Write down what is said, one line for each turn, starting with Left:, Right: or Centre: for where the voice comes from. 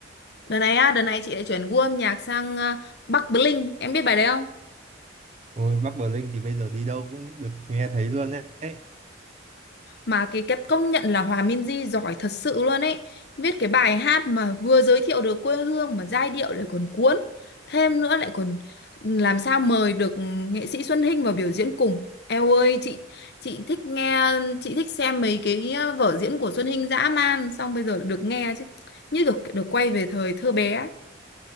Left: Đợt này á, đợt này chị lại chuyển gu âm nhạc sang ờ, Bắc Bling. Em biết bài đấy không?
Right: Ôi, Bắc Bờ Linh thì bây giờ đi đâu cũng được nghe thấy luôn đấy.
Left: mà cái cái công nhận là Hòa Minzy giỏi thật sự luôn ấy viết cái bài hát mà vừa giới thiệu được quê hương mà giai điệu lại còn cuốn thêm nữa lại còn làm sao mời được nghệ sĩ Xuân Hinh vào biểu diễn cùng Eo ơi chị chị thích nghe chị thích xem mấy cái ờ, vở diễn của Xuân Hinh dã man xong bây giờ được nghe chứ như được được quay về thời thơ bé ấy.